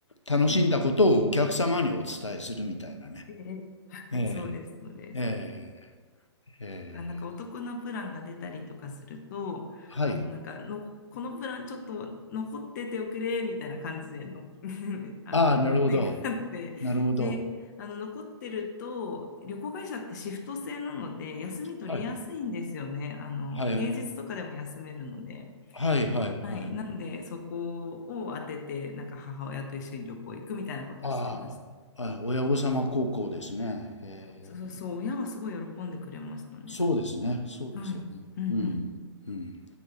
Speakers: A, on the left; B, on the left.
A: 楽しんだことをお客様にお伝えするみたいなね。
B: えええはい、
A: ええ。
B: そうです、そうです。
A: ええ、ええ、
B: なんかお得なプランが出たりとかすると、
A: はい。
B: あのなんかのこのプランちょっと残ってておくれみたいな感じでの <laughs> あの願ってであの残ってると旅行会社ってシフト制なので休み取りやすいんですよねあの平日とかでも休めるので、
A: ああ、なるほど。なるほど。はい。はい、はいはいはい。
B: はい、なんでそこを当ててなんか母親と一緒に旅行行くみたいなことはしてました
A: ああ、あ親御様高校ですね。へえ、
B: そうそうそう親はすごい喜んでくれましたね
A: そうですね。そうですよね。
B: はいうんうん
A: うん。うん。